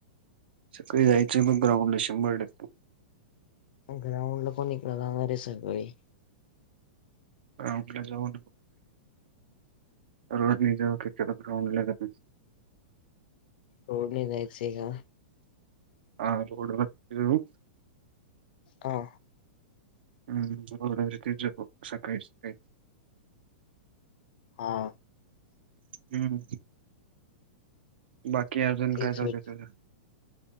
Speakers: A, on the right; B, on the left.
A: सगळी जायचंय मग ग्राउंड ला शंभर टक्के.
B: ग्रउंड ल कोणी इकडे जाणार रे सगळी.
A: ग्राउं ला जाऊ रोड नाही जाऊ कळ ग्राउं ला जा.
B: रोड नि जायची का?
A: हा रोडवरती जाऊ.
B: ह
A: हम्म रती ज सकाळी सकाळी.
B: हा
A: हम् बाकी अजून
B: तेच
A: काय चाललय
B: वि
A: तुझ.